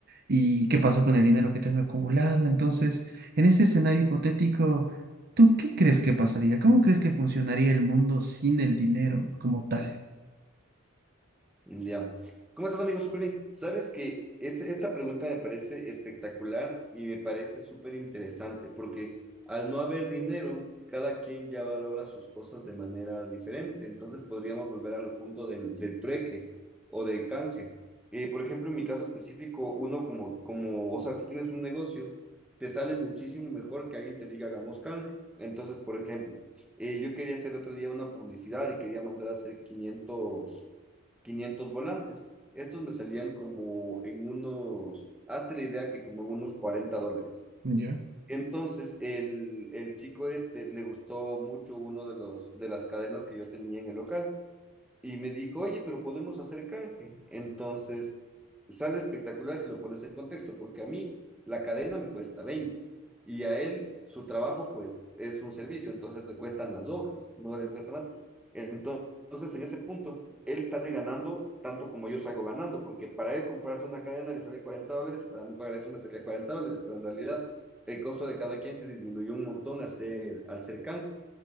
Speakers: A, on the right; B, in the centre.
A: y qué pasó con el dinero que tengo acumulado. Entonces, en este escenario hipotético, ¿tú qué crees que pasaría? ¿Cómo crees que funcionaría el mundo sin el dinero como tal?
B: Ya. ¿Cómo estás, amigo? Súper bien. Sabes que este- esta pregunta me parece espectacular y me parece súper interesante porque al no haber dinero, cada quien ya valora sus cosas de manera diferente. Entonces podríamos volver al punto del, del trueque o del canje. Eh, por ejemplo, en mi caso específico, uno como, como, o sea, si tienes un negocio, te sale muchísimo mejor que alguien te diga hagamos canje. Entonces, por ejemplo, eh, yo quería hacer otro día una publicidad y quería mandar a hacer quinientos quinientos volantes. Estos me salían como en unos, hazte la idea que como en unos 40 dólares.
A: ¿Ya?
B: Entonces, el, el chico este le gustó mucho uno de los de las cadenas que yo tenía en el local y me dijo, oye, pero podemos hacer canje. Entonces, sale espectacular si lo pones en contexto, porque a mí la cadena me cuesta 20 y a él su trabajo pues es un servicio, entonces le cuestan las hojas, no le cuesta más. Entonces, en ese punto, él sale ganando tanto como yo salgo ganando, porque para él comprarse una cadena le sale 40 dólares y para mí pagar eso me salía 40 dólares, pero en realidad el costo de cada quien se disminuyó un montón al ser, al ser canje.